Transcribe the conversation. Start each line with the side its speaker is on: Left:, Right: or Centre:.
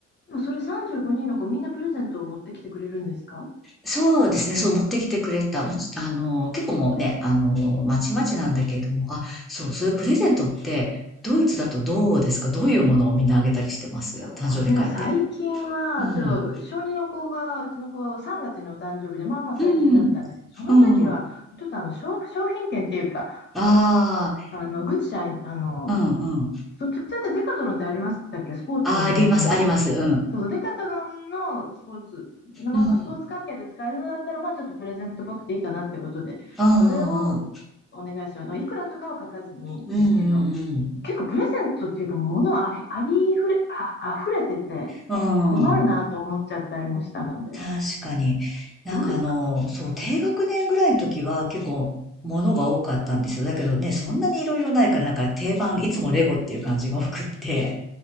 Left: でもそれ35人の子、みんなプレゼントを持ってきてくれるんですか
Centre: そうですね、そう持ってきてくれた。もちあの、結構もうね、あの、まちまちなんだけれども、あ、そう、そういうプレゼントって、ドイツだとどうですかどういうものをみんなあげたりしてます誕生日会って。
Left: いやもうこれが最近はそう小二の子がうちの子3月にお誕生日でまあまあ最近だったんですけどその時はちょっとあの商、
Centre: うん。うん。うん。
Left: 商品券っていうか
Centre: ああ、
Left: あのグッチャイあの
Centre: うんうん。
Left: そうちっちゃってデカトロンってありましたっけスポーツのお店の。
Centre: あ、あります、あります。うん。
Left: そうそうデカトロンのスポーツなんかスポーツ関係で使えるのだったらまあちょっとプレゼントっぽくていいかなってことでそれを
Centre: うん。うん
Left: お願いしますいくらとかは書かずにですけど
Centre: うんうん。うんうんうん。
Left: 結構プレゼントっていうか、物あふありふれ、あ、溢れてて困るなと思っちゃったりもしたので、
Centre: うん。確かに。
Left: うん
Centre: なんかあの、
Left: どうですか
Centre: そう、低学年ぐらいの時は結構物が多かったんですよ。だけどね、そんなにいろいろないからなんか定番、いつもレゴっていう感じが多くって。